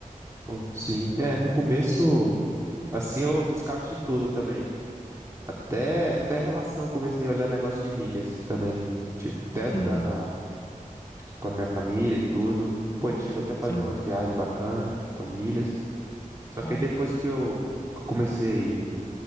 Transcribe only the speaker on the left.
Uhum,
sim.
Bom,
bom.